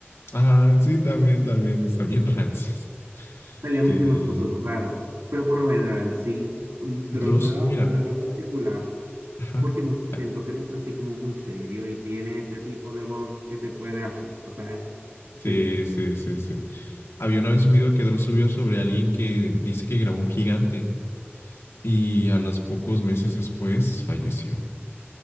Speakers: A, on the left; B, on the right.
A: Ah, sí, también, también, están bien rancios.
B: Salían
A: Que
B: muchísimas cosas raras, pero por lo general sí, Dross
A: Dross,
B: me daba
A: mira.
B: miedo en lo particular.
A: Ajá.
B: Porque no sé, siento
A: Ah,
B: que eres así como muy serio y tiene ese tipo de voz que te puede asustar. O sea, es,
A: Sí,
B: sí,
A: sí, sí, sí. Había una vez un video que Dross subió sobre alguien que dice que grabó un gigante y a los pocos meses después falleció.